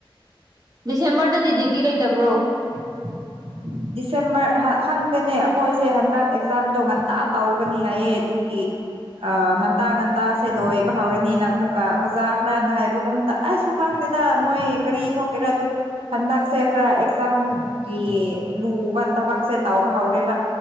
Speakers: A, on the right; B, on the right.
A: ꯗꯤꯁꯦꯝꯕꯔꯗꯗꯤ ꯗ꯭ꯌꯨꯇꯤ ꯂꯩꯇꯕ꯭ꯔꯣ
B: <unintelligible> ꯗꯤꯁꯦꯝꯕꯔ ꯍꯥ ꯈꯪꯗꯦꯅꯦ ꯑꯩꯈꯣꯏꯁꯦ ꯍꯟꯗꯛ ꯑꯦꯛꯖꯥꯝꯗꯣ ꯉꯟꯇꯥ ꯇꯧꯒꯅꯤ ꯍꯥꯏꯌꯦ ꯑꯗꯨꯒꯤ ꯑꯣ ꯉꯟꯇꯥ ꯉꯟꯇꯥꯁꯦ ꯂꯣꯏꯕ ꯍꯧꯔꯅꯤꯅ ꯑꯃꯨꯛꯀ ꯑꯣꯖꯥ ꯈꯔꯅ ꯍꯥꯏꯕꯒꯨꯝ ꯇꯥꯏ ꯑꯩꯁꯨ ꯈꯪꯗꯦ ꯍꯦꯛꯇ ꯃꯣꯏ ꯀꯔꯤ ꯊꯣꯛꯀꯦꯔ ꯑꯗꯨ ꯍꯟꯗꯛꯁꯦ ꯈꯔ ꯑꯦꯛꯖꯥꯝꯒꯤ ꯂꯨꯕ ꯇꯕꯛꯁꯦ ꯇꯧꯕꯍꯧꯔꯦꯕ